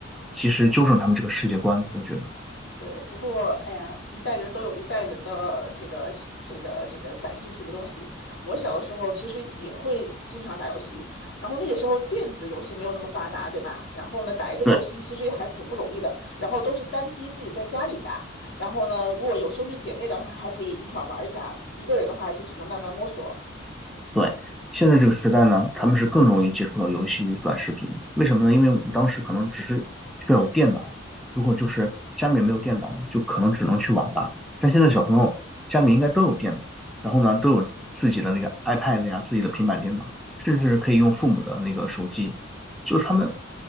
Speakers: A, in the centre; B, on the left.
A: 及时纠正他们这个世界观，我觉得。
B: 对，不过，哎呀，一代人都有一代人的这个这个这个感兴趣的东西。我小的时候其实也会经常打游戏，然后那个时候电子游戏没有那么发达，对吧？然后呢，打一个游戏其实也还挺不容易的，
A: 对。
B: 然后都是单机自己在家里打。然后呢，如果有兄弟姐妹的话，还可以一块儿玩一下；一个人的话，就只能慢慢摸索。
A: 对，现在这个时代呢，他们是更容易接触到游戏与短视频。为什么呢？因为我们当时可能只是需要有电脑，如果就是家里面没有电脑，就可能只能去网吧。但现在小朋友家里应该都有电脑，然后呢都有自己的那个 iPad 呀、自己的平板电脑，甚至可以用父母的那个手机。就是他们